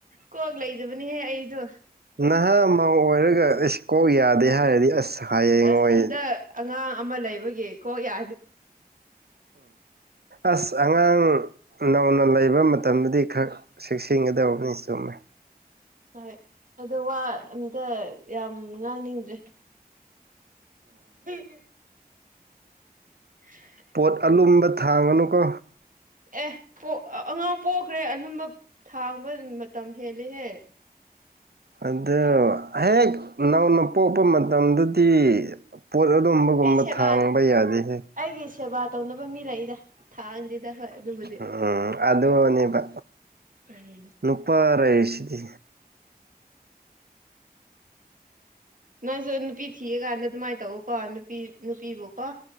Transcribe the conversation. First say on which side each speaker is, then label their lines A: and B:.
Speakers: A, on the right (about 55°); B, on the right (about 80°).
A: ꯀꯣꯛ ꯂꯩꯗꯕꯅꯤꯍꯦ ꯑꯩꯗꯣ
B: ꯅꯍꯥ ꯑꯃ ꯑꯣꯏꯔꯒ ꯑꯦꯁ ꯀꯣꯛ ꯌꯥꯗꯦ ꯍꯥꯏꯔꯗꯤ ꯑꯁ ꯍꯌꯦꯡ
A: ꯑꯁ
B: ꯑꯣꯏ
A: ꯍꯟꯗꯛ ꯑꯉꯥꯡ ꯑꯃ ꯂꯩꯕꯒꯤ ꯀꯣꯛ ꯌꯥ
B: ꯑꯁ ꯑꯉꯥꯡ ꯅꯧꯅ ꯂꯩꯕ ꯃꯇꯝꯗꯗꯤ ꯈꯔ ꯆꯦꯛꯁꯤꯟꯒꯗꯕꯅꯤ ꯆꯨꯝꯃꯦ
A: ꯍꯣꯏ ꯑꯗꯣ ꯋꯥ ꯑꯝꯇ ꯌꯥꯝ ꯉꯥꯡꯅꯤꯡꯗ꯭ꯔꯦ ꯎꯝ <unintelligible> <inaudible>
B: ꯄꯣꯠ ꯑꯂꯨꯝꯕ ꯊꯥꯡꯒꯅꯨꯀꯣ
A: ꯑꯦ ꯄꯣꯛ ꯑꯉꯥꯡ ꯄꯣꯛꯈ꯭ꯔꯦ ꯑꯔꯨꯝꯕ ꯊꯥꯡꯕ ꯃꯇꯝ ꯍꯦꯂꯦꯍꯦ
B: ꯑꯗꯨ ꯍꯦꯛ ꯅꯧꯅ ꯄꯣꯛꯄ ꯃꯇꯝꯗꯗꯤ ꯄꯣꯠ ꯑꯗꯨꯝꯕꯒꯨꯝꯕ
A: ꯑꯩ ꯁꯦꯕꯥ
B: ꯊꯥꯡꯕ ꯌꯥꯗꯦꯍꯦ
A: ꯑꯩꯒꯤ ꯁꯦꯕꯥ ꯇꯧꯅꯕ ꯃꯤ ꯂꯩꯔꯦ ꯊꯥꯡꯗꯦꯗ ꯍꯣꯏ ꯑꯗꯨꯕꯨꯗꯤ
B: ꯎꯝ ꯑꯗꯨꯅꯦꯕ
A: ꯎꯝ
B: ꯅꯨꯄꯥ ꯂꯩꯁꯤꯗꯤ
A: ꯅꯪꯁꯨ ꯅꯨꯄꯤ ꯊꯤꯔꯀꯥꯟꯗ ꯑꯗꯨꯃꯥꯏ ꯇꯧ ꯀꯣ ꯅꯨꯄꯤ ꯅꯨꯄꯤꯕꯨ ꯀꯣ